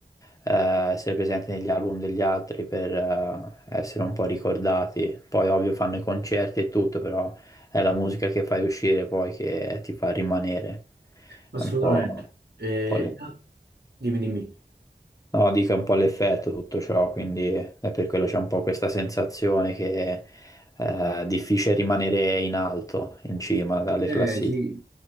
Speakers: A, on the left; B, on the right.
A: eh, essere presenti negli album degli altri per eh, essere un po' ricordati. Poi ovvio fanno i concerti e tutto, però è la musica che fai uscire poi che ti fa rimanere.
B: Assolutamente.
A: È un po'... un
B: Eh,
A: po' lì.
B: dimmi, dimmi.
A: No, dica un po' l'effetto tutto ciò, quindi è per quello c'è un po' questa sensazione che eh, è difficile rimanere in alto, in cima dalle
B: Eh
A: classifiche.
B: sì,